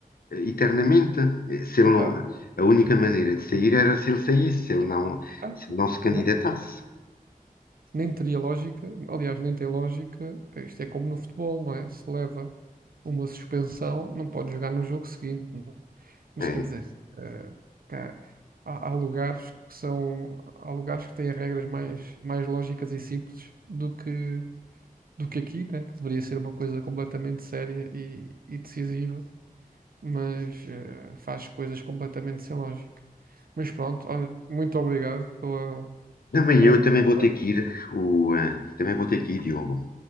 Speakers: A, on the left; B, on the right.
A: eh, eternamente. Eh, Se ele
B: exato.
A: não, a única maneira de sair era se ele saísse, se ele não
B: Ah,
A: se, ele não se candidatasse.
B: exato. nem teria lógica, aliás, nem tem lógica. Isto é como no futebol, não é? Se leva uma suspensão, não pode jogar no jogo seguinte. não é? Mas
A: É.
B: quer dizer, eh, cá- há, há lugares que são, há lugares que têm regras mais, mais lógicas e simples do que, do que aqui, né? Que deveria ser uma coisa completamente séria e, e decisiva, mas eh, faz coisas completamente sem lógica. Mas pronto, olha, muito obrigado pela,
A: Também
B: por
A: eu
B: esta
A: também
B: conversa.
A: vou ter que ir, o, eh, também vou ter que ir, Diogo.